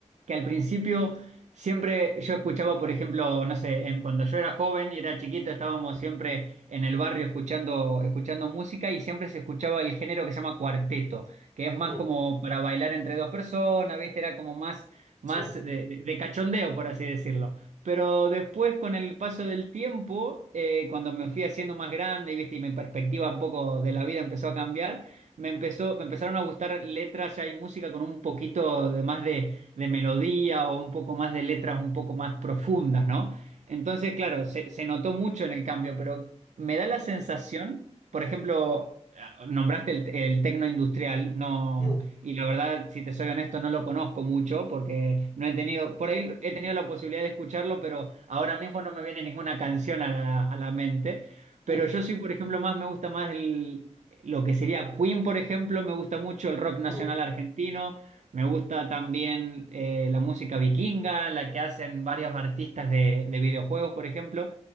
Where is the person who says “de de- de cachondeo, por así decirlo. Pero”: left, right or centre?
Right